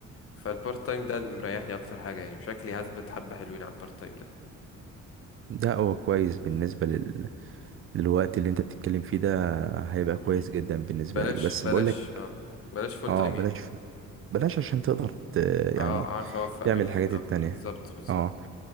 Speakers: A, on the left; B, on the right.
A: فالبارت تايم ده اللي مريحني أكتر حاجة يعني وشكلي هثبت حبة حلوين على البارت تايم ده
B: ده هو كويس بالنسبة لل... للوقت اللي انت بتتكلم فيه ده هيبقى كويس
A: مم.
B: جدا بالنسبة
A: بلاش
B: لك بس
A: بلاش
B: بقول لك
A: اه بلاش فول
B: اه
A: تايم
B: بلاش
A: يعني.
B: بلاش عشان تقدر ت...
A: اه
B: يعني
A: اعرف اوفق
B: تعمل
A: بين ال-
B: الحاجات
A: اه
B: التانية
A: بالظبط بالظبط
B: اه